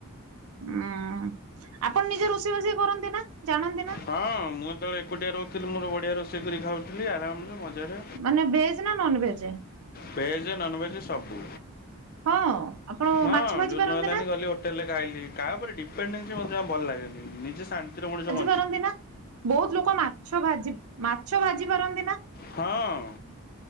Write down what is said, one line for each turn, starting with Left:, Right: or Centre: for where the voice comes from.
Right: ହୁଁ, ଆପଣ ନିଜେ ରୋଷେଇବାଷେଇ କରନ୍ତି ନା ଜାଣନ୍ତି ନା?
Left: ହଁ ମୁଁ ଯେତେବେଳେ ଏକୁଟିଆ ରହୁଥିଲି ମୋର ବଢ଼ିଆ ରୋଷେଇ କରି ଖାଉଥିଲି ଆରାମରେ ମଜାରେ।
Right: ମାନେ ଭେଜ ନା ନନଭେଜ୍।
Left: ଭେଜ ନନଭେଜ ସବୁ।
Right: ହଁ ଆପଣ
Left: ହଁ
Right: ମାଛ ଭାଜି
Left: ଯୋଉଦିନ
Right: ପାରନ୍ତି
Left: ହେଲାନି
Right: ନା?
Left: ଗଲି ହୋ ହୋଟେଲରେ ଖାଇଲି କାହାଉପରେ ଡିପେନଡେନସି ମତେ ଜମା ଭଲ ଲାଗେନି। ନିଜେ ଶାନ୍ତିରେ ମଣିଷ ବ
Right: ପାରନ୍ତିନା, ବହୁତ ଲୋକ ମାଛ ଭାଜି, ମାଛ ଭାଜି ପାରନ୍ତି ନା?
Left: ହଁ।